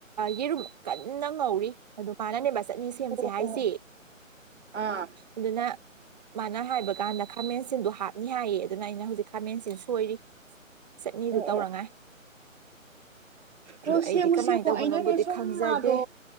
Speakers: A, on the right; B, on the right.
A: ꯌꯦꯔꯨꯝ ꯀꯟꯅ ꯉꯧꯔꯤ ꯑꯗꯨ ꯃꯥꯅꯅꯦꯕ ꯆꯠꯅꯤ ꯁꯦꯝꯁꯦ
B: ꯑꯣ
A: ꯍꯥꯏꯁꯤ
B: ꯑꯣ ꯑꯥ
A: ꯑꯗꯨꯅ ꯃꯥꯅ ꯍꯥꯏꯕ ꯀꯥꯟꯗ ꯈꯥꯃꯦꯟꯁꯤꯟꯗꯣ ꯍꯥꯞꯅꯤ ꯍꯥꯏꯌꯦ ꯑꯗꯨꯅ ꯑꯩꯅ ꯍꯧꯖꯤꯛ ꯈꯥꯃꯦꯟꯁꯤꯟ ꯁꯣꯏꯔꯤ ꯆꯠꯅꯤꯗꯨ
B: ꯑꯣ
A: ꯇꯧꯅꯉꯥꯏ
B: ꯍ
A: ꯑꯗꯣ ꯑꯩꯗꯤ
B: ꯁꯦꯝꯃꯨ
A: ꯀꯃꯥꯏꯅ
B: ꯁꯦꯝꯃꯨ
A: ꯇꯧꯕꯅꯣꯕꯨꯗꯤ
B: ꯑꯩꯅꯅꯦ ꯁꯨꯝ
A: ꯈꯪꯖꯗꯦ
B: ꯃꯥꯗꯣ